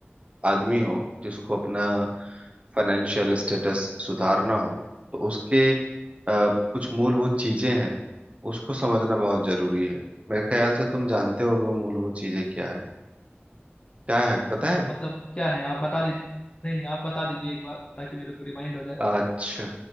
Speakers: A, on the right; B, on the left.
A: आदमी हो जिसको अपना फाइनेंशियल स्टेटस सुधारना हो तो उसके अ, कुछ मूलभूत चीजें हैं उसको समझना बहुत जरूरी है मेरे ख्याल से तुम जानते होगे वो मूलभूत चीजें क्या है क्या है पता है
B: मतलब क्या है आप बता दीजिए नहीं नहीं आप बता दीजिए एक बार ताकि मेरे को रिमाइंड हो जाए
A: अच्छा